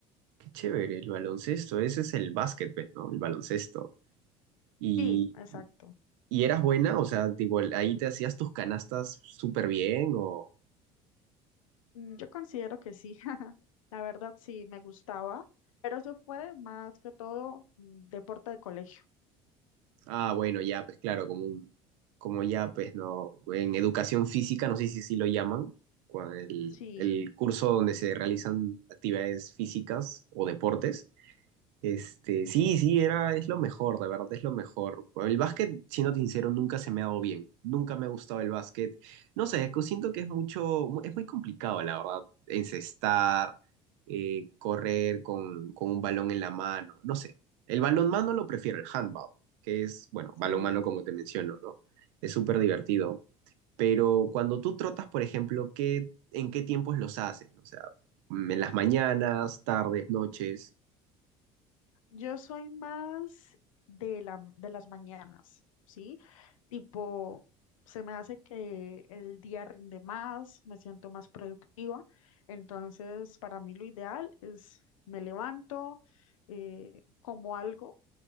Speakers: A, on the right (about 60°); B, on the left (about 75°).
A: qué chévere, el baloncesto, ese es el básquet, pues, ¿no? El baloncesto. ¿Y,
B: Sí, exacto.
A: y eras buena? O sea, tipo, ahí te hacías tus canastas súper bien o...
B: Mm, Yo considero que sí. <laughs> La verdad sí, me gustaba, pero eso fue más que todo mm, deporte de colegio.
A: Ah, bueno, ya, pues claro, como un, como ya, pues no, en educación física, no sé si así lo llaman, cua- el,
B: Sí,
A: el curso donde se realizan actividades físicas o deportes, este, sí, sí, era, es lo mejor, de verdad, es lo mejor. El básquet, siendo sincero, nunca se me ha dado bien. Nunca me ha gustado el básquet. No sé, es que siento que es mucho, mu- es muy complicado, la verdad, encestar, eh, correr con, con un balón en la mano. No sé. El balonmano lo prefiero, el handball, que es, bueno,
B: sí.
A: balonmano como te menciono, ¿no? Es súper divertido. Pero cuando tú trotas, por ejemplo, ¿qué, en qué tiempos los haces? O sea, en las mañanas, tardes, noches.
B: Yo soy más de la, de las mañanas, ¿sí? Tipo, se me hace que el día rinde más, me siento más productiva. Entonces, para mí lo ideal es me levanto, eh, como algo